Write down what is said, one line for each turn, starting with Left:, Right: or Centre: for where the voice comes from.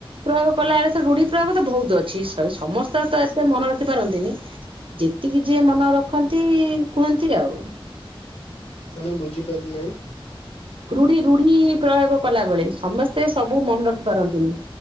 Right: ପ୍ରୟୋଗ କଲା ବେଳେ ସେ ରୁଢି ପ୍ରୟୋଗ ତ ବହୁତ ଅଛି ସମସ୍ତେ ତ ଏତେ ମନ ରଖି ପାରନ୍ତିନି। ଯେତିକି ଯିଏ ମନେ ରଖନ୍ତି କୁହନ୍ତି ଆଉ।
Left: ମାନେ ବୁଝିପାଇଲି ନାହିଁ।
Right: ରୁଢି ରୁଢି ପ୍ରୟୋଗ କଲା ବେଳେ ସମସ୍ତେ ସବୁ ମନେ ରଖି ପାରନ୍ତିନି।